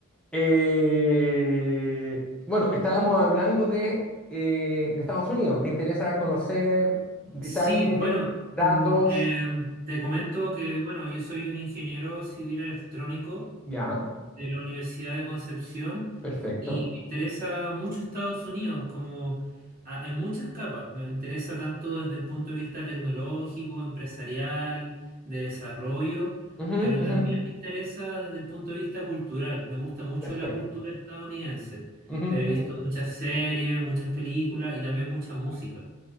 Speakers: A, in the centre; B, on the right.
A: Eh, bueno, estábamos hablando de, eh, de Estados Unidos. ¿Te interesa conocer detalles,
B: Sí, bueno,
A: datos?
B: mm, em, te comento que, bueno, yo soy un ingeniero civil electrónico
A: Ya,
B: de la Universidad de Concepción
A: perfecto.
B: y me interesa mucho Estados Unidos, como a- en muchas capas. Me interesa tanto desde el punto de vista tecnológico, empresarial, de desarrollo,
A: Ujú,
B: pero
A: ujú,
B: también me interesa desde el punto de vista cultural. Me gusta mucho
A: Perfecto.
B: la cultura estadounidense.
A: ujú,
B: He visto
A: ujú,
B: muchas series, muchas películas y también mucha música.